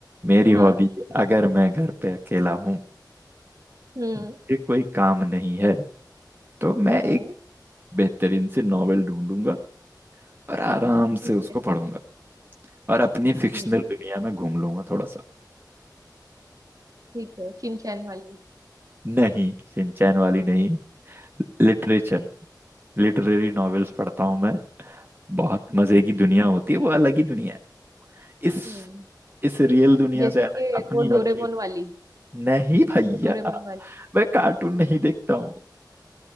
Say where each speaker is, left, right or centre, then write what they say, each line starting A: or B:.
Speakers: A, on the right; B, on the right.
A: मेरी
B: है हाँ
A: हॉबी अगर मैं घर पे अकेला हूँ
B: हम्म
A: मुझे कोई काम नहीं है तो मैं
B: हम्म
A: एक बेहतरीन से नॉवेल ढूंढूंगा और आराम
B: ठीक
A: से उसको
B: है
A: पढ़ूंगा और अपनी फिक्शनल
B: हम्म
A: दुनिया में घूम लूंगा थोड़ा सा
B: ठीक है चिंचैन वाली
A: नहीं सिंचैन वाली नहीं लिटरेचर लिटरेरी नॉवेल्स पढ़ता हूँ मैं बहुत
B: हम्म
A: मजे की दुनिया होती है वो अलग ही दुनिया है इस
B: हम्म
A: इस रियल दुनिया
B: जैसे
A: से अलग
B: कि
A: अपनी
B: वो
A: वर्चुअल
B: डोरेमोन वाली
A: नहीं भैया
B: डोरेमोन वाली
A: मैं कार्टून नहीं देखता हूँ